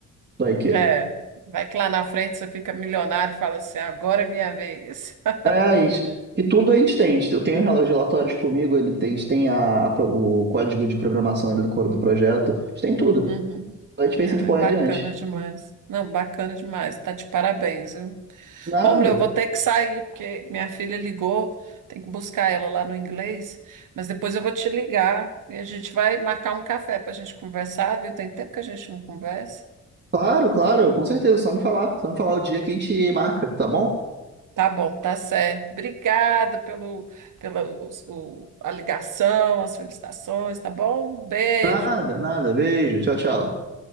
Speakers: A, on the right; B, on the right.
A: vai que.
B: É, vai que lá na frente você fica milionário e fala assim, agora é minha vez. <laughs>
A: É, a gente, e tudo a gente tem. Eu tenho os relatórios comigo, ele tem, a gente tem a, o código de programação ainda do coro do projeto. A gente tem tudo.
B: Uhum.
A: a gente diferença
B: Ah,
A: de pôr
B: é bacana
A: adiante.
B: demais. Não, bacana demais. Tá de parabéns, viu?
A: Nada.
B: Romulo, eu vou ter que sair, porque minha filha ligou, tem que buscar ela lá no inglês, mas depois eu vou te ligar e a gente vai marcar um café para a gente conversar, viu? Tem tempo que a gente não conversa.
A: Claro, claro, com certeza. Só me falar. Só me falar o dia que a gente marca, tá bom?
B: Tá bom, tá certo. Obrigada pelo, pela os- o- a ligação, as felicitações, tá bom? Beijo.
A: Nada, nada. Beijo. Tchau, tchau.